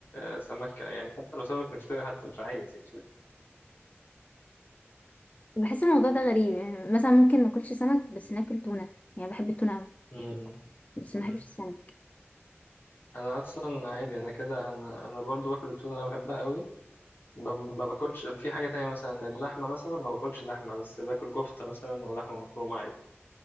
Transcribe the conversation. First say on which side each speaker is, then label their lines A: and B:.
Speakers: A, on the left; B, on the left.
A: آه، سمك يعني حتى لو سمك مشتري حتى مش عايز يعني
B: بحس الموضوع ده غريب يعني مثلا ممكن ما اكلش سمك بس ناكل تونه يعني بحب التونه قوي
A: مم.
B: بس
A: مم.
B: ما بحبش السمك
A: أنا أصلا عادي أنا كده أنا أنا برضو باكل التونة أنا بحبها قوي ما, ما باكلش في حاجة تانية مثلا اللحمة مثلا ما باكلش لحمة بس باكل كفتة مثلا ولحمة مفرومة عادي